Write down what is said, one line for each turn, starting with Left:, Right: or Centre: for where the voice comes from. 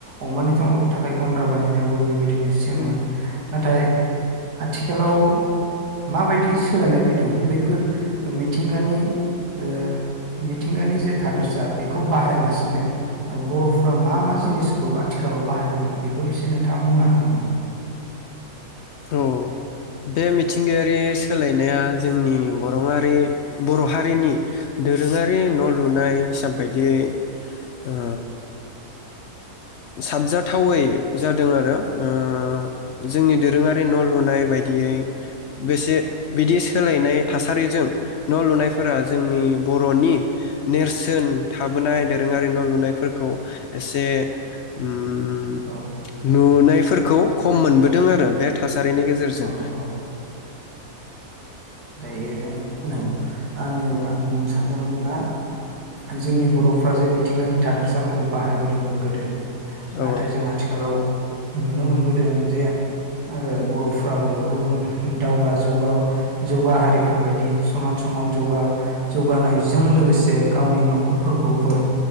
Right: अमानि थ' थाखाय गनद्रा बानायनायावबो बेबाय दिनो सेममोन
Left: औ
Right: नाथाय आथिखालाव माबायदि सोलायनाय फैदों बैफोर ओ मिथिंगानि ओ मिथिंगानि जे थादोरसा बेखौ बाहायालासिनो ओ बर'फ्रा मा मा जिनिसखौ आथिखालाव बाहायबोदों बेखौ एसे नोंथाङा बुंनो हागोन नामा?
Left: औ बे मिथिंगायारि सोलायनाया जोंनि बर‌' आरि बर' हारिनि दोरोङारि न' लुनाय हिसाब बायदियै ओ साबजाथावै जादों आरो ओ जोंनि दोरोङारि न' लुनाय बायदियै बेसे बिदि सोलायनाय थासारिजों न' लुनायफोरा जोंनि बर'नि नेरसोन थाबोनाय दोरोङारि न' लुनायफोरखौ एसे उम उम
Right: औ
Left: नुनायफोर खौ खम मोनबोदों आरो बे थास सारिनि गेजेरजों।
Right: औ औ दायो औ आङो आं बुं सानदोंमोन मा जोंनि बर'फोरा जे मिथिंगानि थादोरसाफोरखौ बाहायबोदोंमोन गोदो
Left: औ
Right: नाथाय जों आथिखालाव नुनो मोनबोदों जे आरो बर'फ्राबो गुबुन दावगा जौगा जौगा हारिफोर बादि समान समान जौगा जौगानाय जों लोगोसे गावनि न ख'रफोरखौबो